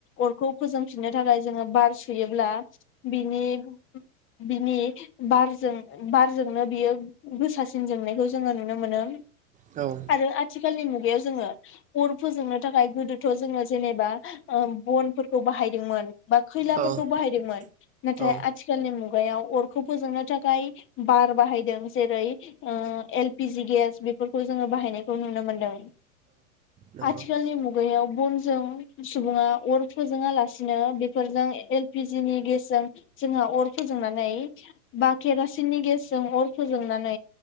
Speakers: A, on the left; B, on the right.
A: अरखौ फोजोंफिननो थाखाय जोङो बार सुयोब्ला बिनि बिनि बारजों। बारजोंनो बियो गोसासिन जोंनायखौ जोंङो नुनो मोनो। <unintelligible>
B: औ
A: आरो आथिखालनि मुगायाव जोंङो अर फोजोंनो थाखाय गोदोथ जोंङो जेनेबा बनफोरखौ बाहायदोंमोन बा खैलाफोरखौ
B: औ
A: बाहायदोंमोन नाथाय
B: औ
A: आथिखालनि मुगायाव खुगायाव अरखौ फोजोंनो थाखाय बार बाहायदों जेरै एलपि जि गेस बेफोरखौ जोंङो बाहायनायखौ नुनो मोनदों।
B: नंगौ
A: आथिखालनि मुगायाव बनजों सुबुङा अर फोजोंङा लासिनो बेफोरजों एलपिजिनि गेसजों जोंहा अर फोजोंनानै बा केरा सिनि गेसजों अर फोजोंनानै